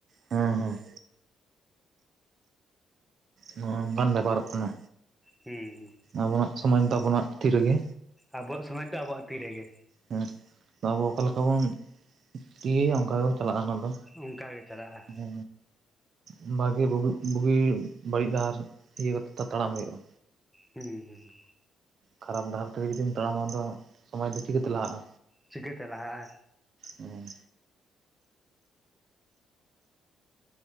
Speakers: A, on the right; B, in the centre.
A: ᱦᱩᱸ ᱦᱩᱸ᱾ ᱱᱚᱣᱟ ᱚᱱᱠᱟᱱ ᱵᱮᱯᱟᱨᱚᱜ ᱠᱟᱱᱟ᱾
B: ᱦᱩᱸ ᱦᱩᱸ᱾
A: ᱟᱵᱚᱱᱟᱜ ᱥᱚᱢᱟᱡᱽ ᱫᱚ ᱟᱵᱚᱱᱟᱜ ᱛᱤ ᱨᱮᱜᱮ᱾
B: ᱟᱵᱚᱣᱟᱜ ᱥᱚᱢᱟᱡᱽ ᱫᱚ ᱟᱵᱚᱣᱟᱜ ᱛᱤ ᱨᱮᱜᱮ᱾
A: ᱦᱩᱸ, ᱟᱵᱚ ᱚᱠᱟ ᱞᱮᱠᱟ ᱵᱚᱱ ᱤᱭᱟᱹᱭᱟ ᱚᱝᱠᱟ ᱜᱮᱵᱚ ᱪᱟᱞᱟᱜ-ᱟ ᱚᱱᱟ ᱫᱚ᱾
B: ᱚᱱᱠᱟ ᱜᱮ ᱪᱟᱞᱟᱜᱼᱟ
A: ᱫᱚ, ᱩᱸ᱾ ᱵᱷᱟᱜᱤ ᱵᱩᱜᱤ ᱵᱟᱹᱲᱤᱡ ᱰᱟᱦᱟᱨ ᱤᱭᱟᱹ ᱠᱟᱛᱮᱫ ᱛᱚ ᱛᱟᱲᱟᱢ ᱦᱩᱭᱩᱜ-ᱟ᱾
B: ᱦᱩᱸ ᱦᱩᱸ᱾
A: ᱠᱷᱟᱨᱟᱯ ᱰᱟᱦᱟᱨ ᱛᱮᱜᱮ ᱡᱩᱫᱤᱢ ᱛᱟᱲᱟᱢᱟ ᱟᱫᱚ ᱥᱚᱢᱟᱡᱽ ᱫᱚ ᱪᱤᱠᱟᱹᱛᱮ ᱞᱟᱦᱟᱜ-ᱟ?
B: ᱪᱤᱠᱟᱹᱛᱮ ᱞᱟᱦᱟᱜ-ᱟ?
A: ᱩᱸ᱾